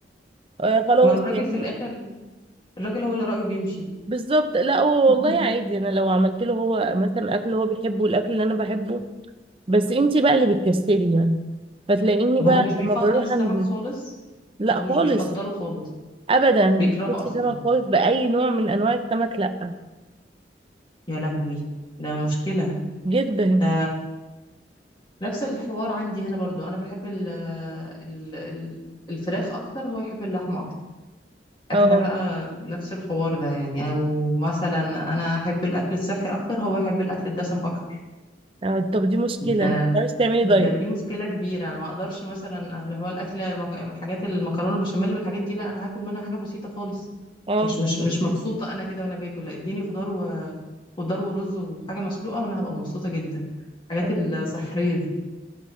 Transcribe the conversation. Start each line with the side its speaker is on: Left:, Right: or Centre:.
Right: آه، خلاص
Left: ما الراجل
Right: يعني
Left: في الاخر الراجل هو اللي رايه بيمشي
Right: بالظبط لا هو
Left: <laughs>
Right: والله عادي انا لو عملت له هو مثلا اكل هو بيحبه الاكل اللي انا بحبه بس انتي بقى اللي بتكسلي يعني فتلاقيني
Left: هو
Right: بقى
Left: مش بيفضل
Right: لما بروح
Left: السمك
Right: عند
Left: خالص
Right: لا
Left: هو
Right: خالص
Left: مش بيفضله خالص
Right: ابدا
Left: بيكرهه
Right: بصي
Left: اصلا
Right: سمك خالص باي نوع من انواع السمك لا
Left: يا لهوي ده مشكله
Right: جدا
Left: ده نفس الحوار عندي هنا برضو انا بحب ال ال ال- الفراخ اكتر هو يحب اللحمه
Right: اه
Left: احنا بقى نفس الحوار ده يعني او مثلا انا احب الاكل الصحي اكتر هو يحب الاكل الدسم اكتر
Right: آه، طب دي مشكله
Left: ده
Right: انت مش تعملي
Left: ده
Right: دايت
Left: دي مشكله كبيره انا ما اقدرش مثلا اللي هو الاكل الحاجات المكرونه بشاميل والحاجات دي لا انا هاكل منها حاجه بسيطه خالص
Right: اه
Left: مش مش مش مبسوطه انا كده وانا باكل لا، اديني خضار و خضار ورز وحاجه مسلوقه وانا هبقى مبسوطه جدا الحاجات
Right: آه،
Left: الصحيه دي